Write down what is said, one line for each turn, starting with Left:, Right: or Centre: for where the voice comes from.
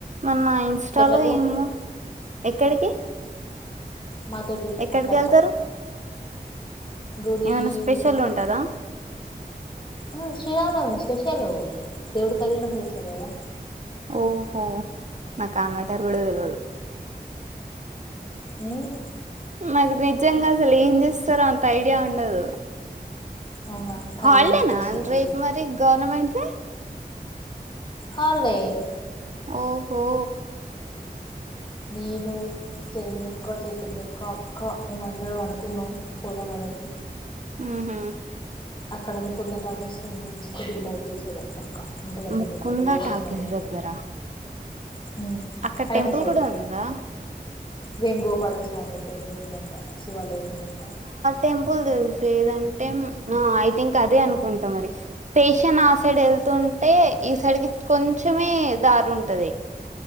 Right: మొన్న ఇన్స్టాలో
Left: అట్లా
Right: ఏమో ఎక్కడికి
Left: మాతోోటి
Right: ఎక్కడికి
Left: అట్లట్లట్ల
Right: వెళ్తారు
Left: గుడిీకి
Right: ఏమైనా స్పెషల్ ఉంటదా
Left: ఓ శ్రీరామనవమి స్పెషల్ దేవుడి కళ్యాణం చేస్తరు కదా
Right: ఓహో నాకు ఆ మేటర్ కూడా వెలవదు
Left: హుమ్
Right: నాకు నిజంగా అసలు ఏం చేస్తారో అంత ఐడియా ఉండదు
Left: అవునా కళ్యాణం
Right: హల్డేనా
Left: చేస్తారు
Right: అం రేపు మరి గవర్నమెంట్ ది
Left: హాలీడ్
Right: ఓహో
Left: నేను చిిరన్యక్క చైతన్యక్క అక్క మేమ అందరం అనుకున్నాం పోదామని నేసి
Right: మ్ హు
Left: అక్కడ ముకుందట టాకీస్ కొంచెం అవుతలుసదది పక్కా ఉంటుందంట
Right: ముకుంద
Left: గుడడి అటు పోదామన్నారు
Right: టాకీస్ దగ్గర
Left: హు
Right: అక్కడ
Left: వెనక
Right: టెంపుల్
Left: సైడు
Right: కూడా ఉందా
Left: వేణుగోపాలస్వామి టెంపుల్ ఉందంట శివాలయం ఉందంట
Right: టెంపుల్ ప్పుల్ తెలిసేదంటే ఆ ఐ థింక్ అదే అనుకుంటాం మరి స్టేషన్ ఆ సైడ్ వెళ్ అంటే ఈ సైడ్కి కొంచమే దారి ఉంటది